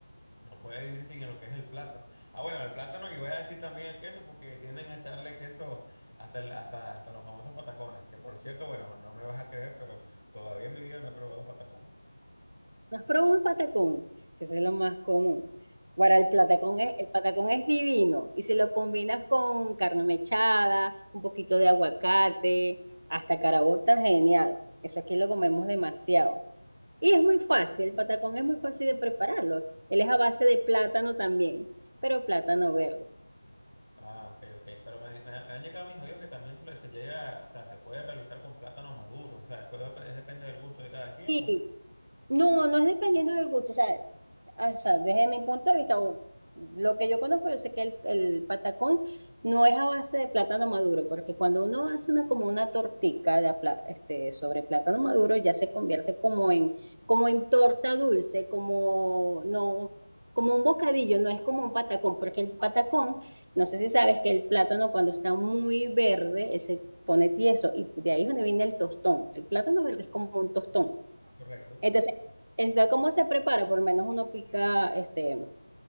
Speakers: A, on the left; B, on the right.
A: no puede vivir sin lo que es el plátano. Ah, bueno, el plátano y voy a decir también el queso porque tienden a echarle queso hasta, el- hasta, hasta los famosos patacones, que por cierto, bueno, no me vas a creer, pero todavía en mi vida no he probado un patacón.
B: ¿No has probado un patacón? Si eso es lo más común. Ahora, el patacón es, el patacón es divino y si lo combinas con carne mechada, un poquito de aguacate, hasta caraota, genial. Eso aquí lo comemos demasiado. Y es muy fácil, el patacón es muy fácil de prepararlo. Él es a base de plátano también, pero plátano verde.
A: Ah, ok, ok. Pero me, me han llegado mis oídos que también se, lo- se llega, o sea, se puede realizar con plátano maduro. O sea, después dep- depende del gusto de cada quien.
B: Sí, no, no es dependiendo del gusto. O sea, o sea, desde mi punto de vista, o lo que yo conozco, yo sé que el, el patacón no es a base de plátano maduro, porque cuando uno hace una como una tortica de apla- este, sobre plátano maduro, ya se convierte como en, como en torta dulce, como no, como un bocadillo, no es como un patacón, porque el patacón, no sé si sabes que el plátano cuando está muy verde, eh, se pone tieso, y de ahí es donde viene el tostón. El plátano verde es como un tostón.
A: Correcto.
B: Entonces, entonces, ¿cómo se prepara? Por lo menos uno pica, este,